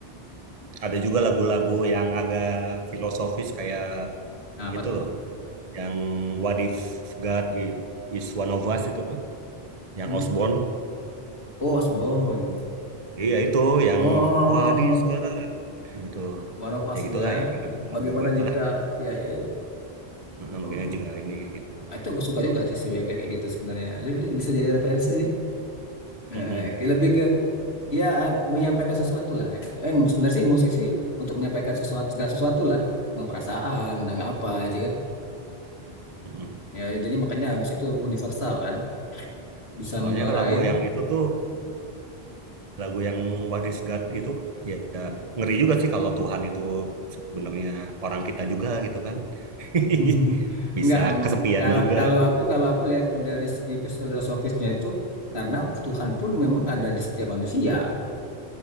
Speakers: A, on the right; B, on the left.
A: Ada juga lagu-lagu yang agak filosofis kayak
B: Nah,
A: itu
B: apa tuh?
A: loh, yang What If God Is One of Us itu tuh, yang
B: Hmm?
A: Osborne.
B: Oh, Osborne.
A: Iya itu yang
B: Oh,
A: What if God gitu
B: One of Us
A: ya
B: itu
A: gitulah
B: ya.
A: ya lagu
B: Bagaimana
A: itulah
B: jika ya ya, ya.
A: Heeh,
B: Mm.
A: makanya juga ini kayak gitu
B: Nah, itu gue suka juga sih yang kayak kayak gitu sebenarnya. Lebih bisa jadi referensi sih.
A: Mm-mm.
B: Eh, kayak lebih ke ya menyampaikan sesuatu lah. Eh, sebenarnya sih musik sih untuk menyampaikan sesuatu segala sesuatu lah. Tentang perasaan, tentang apa aja kan.
A: Mm-mm.
B: Ya, jadi makanya habis itu universal kan, bisa
A: soalnya
B: menyuarain.
A: kalau lagu yang itu tuh lagu yang What is God itu ya ya, ngeri juga sih kalau Tuhan itu sebenarnya orang kita juga gitu kan <laughs>
B: <laughs>
A: bisa
B: Enggak, mm,
A: kesepian
B: kalau
A: juga
B: kalau aku kalau aku lihat dari segi filosofisnya itu karena Tuhan pun memang ada di setiap manusia.